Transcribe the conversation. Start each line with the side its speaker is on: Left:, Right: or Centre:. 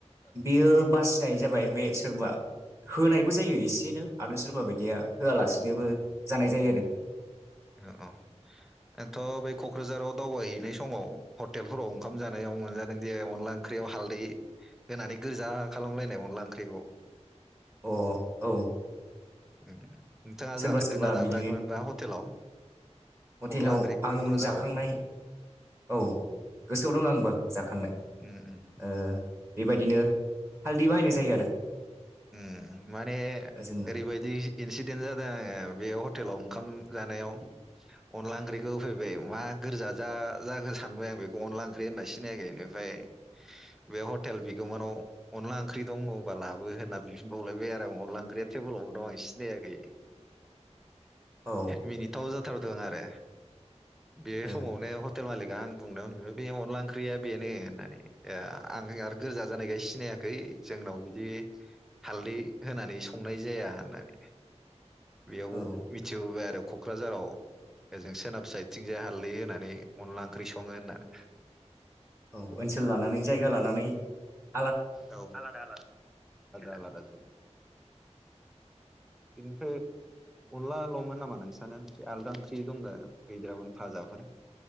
Right: बेयो बासिनाय जाबाय बे सोरबा होनायबो जायो एसेनो आरो सोरबा बायदिया होआलासिनोबो जानाय जायो आरो
Centre: औ औ औथ' बै क'क्राझाराव दावबायहैनाय समाव हटेलफोराव ओंखाम जानायाव मोनजादों दे अनला ओंख्रियाव हालदै होनानै गोजा खालामलायनाय अनला ओंख्रिखौ
Right: अ औ
Centre: ए नोंथाङा
Right: सोरबा
Centre: जाफेरदोंना
Right: सोरबा
Centre: जाफेराखैमोनबा
Right: बिदिनो
Centre: हटेलाव
Right: हटेलाव
Centre: अनला ओंख्रिखौ
Right: आं
Centre: क'क्राझाराव
Right: जाखांनाय औ गोसोआव दं आंबो जाखांनाय
Centre: उम उम
Right: ओ बेबायदिनो हालदि बाहायनाय जायो आरो
Centre: उम माने
Right: जोङो
Centre: ओरैबायदि इनसिदेन्ट जादों आङो बे हटेलाव ओंखाम जानायाव अनला ओंख्रैखौ होफैबाय मा गोरजा जा जाखो सानबाय आं बेखौ आनला ओंख्रै होनना सिनायाखै बे हटेल बिगोमानाव अनला ओंख्रै दङब्ला लाबो होनना बिफिनबावलायबाय आरो अनला ओंख्रैया टेबोलावनो दं आं सिनायाखै
Right: औ
Centre: मिनिटाव जाथारदों आरो बे
Right: ओ
Centre: समावनो हटेल मालिक दा आं बुंनायाव होनफैबाय बे अनला ओंख्रिया बेनो होननानै आं आरो गोरजा जानायखाय सिनायाखै जोंनाव बिदि हालदै होनानै संनाय जाया होननानै बेयाव
Right: औ
Centre: मिथिबोबाय आरो क'क्राझाराव ओजों सोनाब साइदथिंजाय हालदै होनानै अनला ओंख्रि सङो होननानै
Right: औ ओनसोल लानानै जायगा लानानै नानै
Centre: औ आदा आलादा बेनिफ्राय अनदलाल'मोन नामा नोंसोरानो ओ आलदा ओंख्रि दं गैदेरामोन फाजाफोर